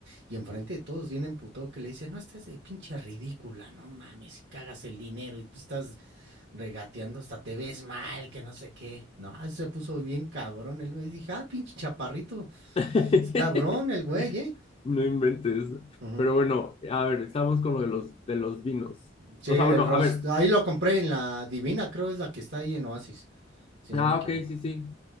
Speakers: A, on the right (about 60°); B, on the left (about 30°).
A: Y enfrente de todos viene emputado que le dice, no estás de pinche ridícula, no mames, y cagas el dinero y tú estás regateando, hasta te ves mal, que no sé qué. No, se puso bien cabrón el güey. Dije, ah, pinche chaparrito,
B: <laughs>
A: es cabrón el güey, ¿eh?
B: No inventes.
A: Ujú.
B: Pero bueno, a ver, estamos con lo de los, de los vinos.
A: Sí,
B: O
A: el
B: sea, bueno,
A: Ross.
B: a ver.
A: Ahí lo compré en la Divina, creo es la que está ahí en Oasis, si
B: Ah,
A: no me equivoco.
B: ok, sí, sí.